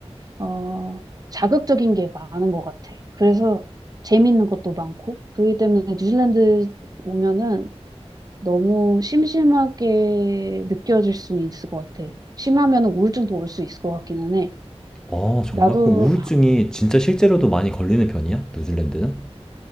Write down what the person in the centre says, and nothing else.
아, 정말?
그럼 우울증이
진짜 실제로도
많이 걸리는 편이야? 뉴질랜드는?